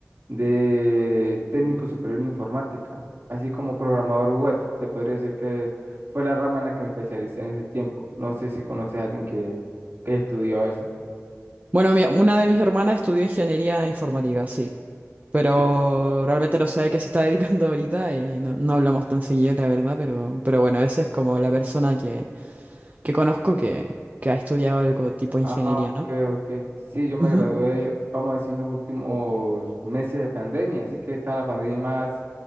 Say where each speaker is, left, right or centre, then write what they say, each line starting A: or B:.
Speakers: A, on the right (about 55°); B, on the right (about 35°).
A: de técnico superior en informática, así como programador web. Se podría decir que fue la rama en la que me especialicé en ese tiempo. No sé si conoces a alguien que, que estudió eso.
B: Bueno, mi- una de mis hermanas estudió ingeniería informática, sí. Pero
A: Sí.
B: realmente no sé a qué se está <laughs> dedicando ahorita y no, no hablamos tan seguido, la verdad. Pero, pero bueno, esa es como la persona que, que conozco que, que ha estudiado algo tipo
A: Ah,
B: ingeniería,
A: ok,
B: ¿no?
A: ok. Sí, yo me
B: Ujú.
A: gradué, vamos a decir, en los últimos meses de pandemia, así que está la pandemia más,